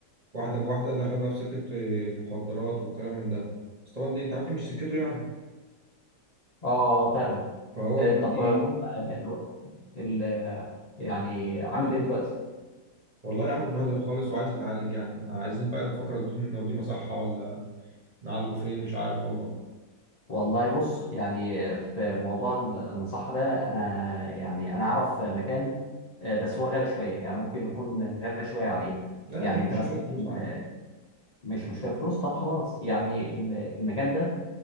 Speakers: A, on the right; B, on the left.
A: واحده بواحده دخل بقى في سكه إيه، المخدرات والكلام من ده بس طبعا دي انت عارف دي مش سكته يعني
B: اه فاهمك
A: فهو
B: آه،
A: دلوقتي
B: طب هو الو- ال يعني عامل ايه دلوقتي؟
A: والله يا عم اتبهدل خالص وعايز يتعالج يعني عايزين بقى نفكر نوديه نوديه مصحه ولا نعالجه فين مش عارف والله
B: والله بص يعني في موضوع المصحة ده انا يعني انا اعرف مكان آه، بس هو غالي شوية يعني ممكن يكون غالي شوية عليه
A: لا يا
B: يعني
A: عم مش
B: انت
A: مشكله
B: مثلا
A: الفلوس عادي
B: آه، مش مشكلة فلوس طب خلاص يعني ال- المكان ده